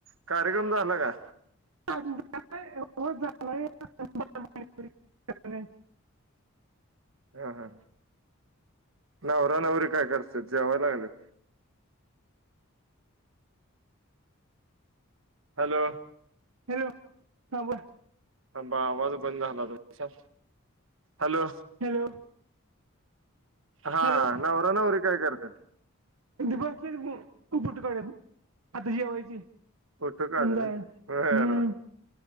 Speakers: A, on the right (about 70°); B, on the right (about 85°).
A: कार्यक्रम झाला का?
B: <inaudible>
A: हा हा नवरा नवरी काय करतेंत? जेवाय लागलेत. हॅलो,
B: हॅलो हां बोल
A: थांबा माझा बंद झाला होता तुमचा हॅलो
B: हॅलो.
A: हा
B: हॅलो
A: नवरा, नवरी काय करतेत
B: बसले कुठ कुंकाळत आता जेवायचे
A: फोटो काढ
B: अं
A: बर
B: जायच हम्म,
A: बर.